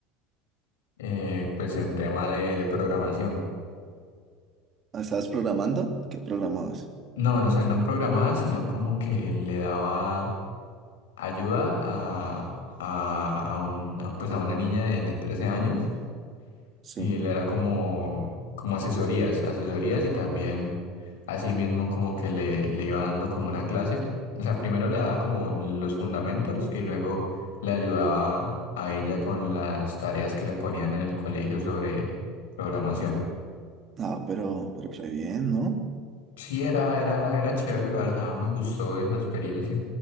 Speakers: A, on the left (about 80°); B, on the right (about 35°).
A: eh, pues en tema de, de programación.
B: Ah, ¿Estabas programando? ¿Qué programabas?
A: No, no, o sea, no programaba, sino como que le daba ayuda a, a, a un, a, pues a una niña de, de trece años
B: Sí.
A: Y él era como, como asesorías, asesorías y también así mismo como que le, le iba dando como una clase. O sea, primero le daba como los fundamentos y luego le ayudaba a ella con las tareas que le ponían en el colegio sobre programación.
B: Ah, pero, pero re bien, ¿no?
A: Sí, era, era, era chévere, la verdad, me gustó esa experiencia.